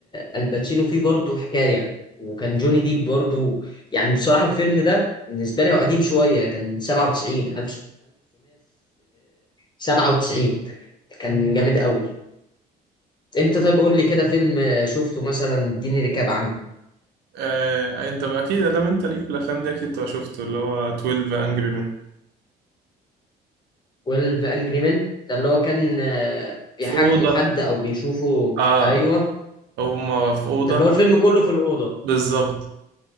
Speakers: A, on the left; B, on the right.
A: الباتشينو فيه برضه حكايه وكان جوني ديب برضه يعني بصراحه الفيلم ده بالنسبه لي هو قديم شويه كان 97 1997 كان جامد قوي انت طيب قول لي كده فيلم شفته مثلا اديني ريكاب عنه
B: آه، انت بقى اكيد ادام انت ليك في الافلام دي اكيد تبقى شفته اللي هو 12 انجري من
A: 12 انجري مان ده اللي هو كان آه، بيحاكموا
B: في اوضه
A: حد او بيشوفوا
B: اه
A: ايوه
B: هما في اوضه
A: ده اللي هو الفيلم كله في الاوضه
B: بالظبط